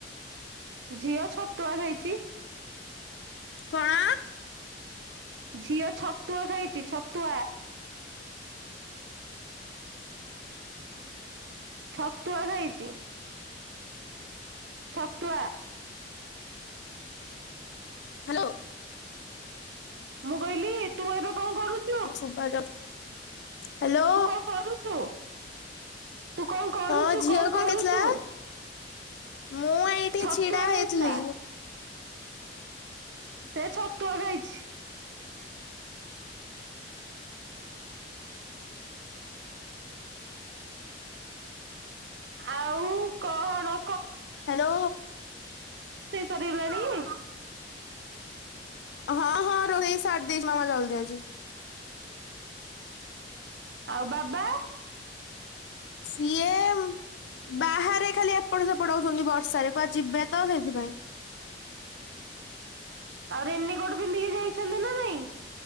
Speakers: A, on the right; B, on the left.
A: ଝିଅ ଛତୁଆ ଖାଇଛି।
B: କଣ?
A: ଝିଅ ଛତୁଆ ଖାଇଚି ଛତୁଆ। ଛତୁଆ ଖାଇଛି। ଛତୁଆ।
B: ହାଲୋ।
A: ମୁଁ କହିଲି ତୁ ଏବେ କଣ କରୁଛୁ?
B: ଶୁଭା ଯାଉଛି ହ୍ୟାଲୋ
A: ତୁ କଣ କରୁଛୁ? ତୁ କଣ କରୁଛୁ
B: ହଁ ଝିଅ କଣ
A: କରୁଛୁ
B: ଖାଇଥିଲା? ମୁଁ ଏଇଠି
A: ଛତୁଆ
B: ଛିଡା ହେଇଥିଲି।
A: ଖାଇଥିଲା ସେ ଛତୁଆ ଖାଇଛି। ଆଉ କହଣ?
B: ହାଲୋ।
A: ସେଇ ସରିଗଲାଣିି?
B: ହଁ ହଁ ରୋଷେଇ ସାରି ଦେଇଛି ମାମା ଜଲଦି ଆଜି।
A: ଆଉ ବାବା?
B: ସିଏ ଉଁ, ବାହାରେ ଖାଲି ଏପଟ ସେପଟ ହଉଛନ୍ତି ବର୍ଷାରେ କୁଆଡେ ଯିବେ ତ ସେଇଥିପାଇଁ।
A: ଆଉ ରେନିକୋଟ ପିନ୍ଧିକି ଯାଇଛନ୍ତି ନା ନାଇଁ?